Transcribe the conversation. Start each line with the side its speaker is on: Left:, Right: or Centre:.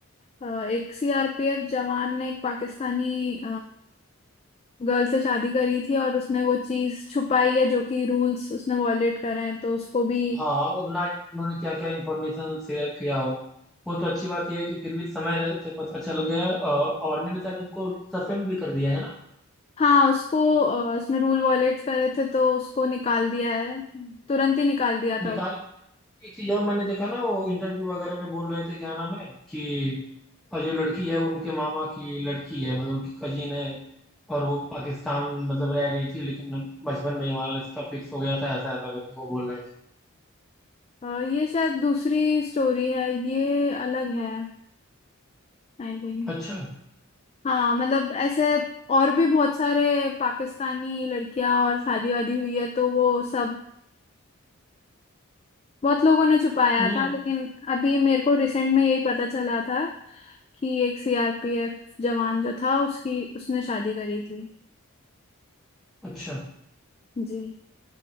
Left: अ, एक सीआरपीएफ जवान ने एक पाकिस्तानी गर्ल से शादी करी थी और उसने वो चीज छुपाई है जो कि रूल्स उसने वॉयलेट करे हैं तो उसको भी
Centre: हाँ अब ना जाने उन्होंने क्या क्या इन्फॉर्मेशन शेयर किया हो वो तो अच्छी बात यह है कि फिर भी समय रह- से पता चल गया अ, आर्मी ने शायद उनको सस्पेंड भी कर दिया है ना
Left: हाँ उसको अ, उसने रूल वॉयलेट करे थे तो उसको निकाल दिया है तुरंत ही निकाल दिया
Centre: निकाल
Left: था
Centre: एक चीज और मैंने देखा ना वो इंटरव्यू वगैरह में बोल रहे थे क्या नाम है कि अ, जो लड़की है उनके मामा की लड़की है मतलब उनकी कजिन है और वो पाकिस्तान मतलब रह रही थी लेकिन बचपन में ही हमारा रिश्ता फिक्स हो गया था ऐसा ऐसा करके वो बोल रहे थे
Left: अ, ये शायद दूसरी स्टोरी है ये अलग है I think
Centre: अच्छा
Left: हाँ मतलब ऐसे और भी बहुत सारे पाकिस्तानी लड़कियां और शादी वादी हुई है तो वो सब बहुत लोगों ने छुपाया
Centre: ये
Left: था लेकिन अभी मेरे को रिसेंट में यही पता चला था कि एक सीआरपीएफ जवान जो था उसकी उसने शादी करी थी
Centre: अच्छा
Left: जी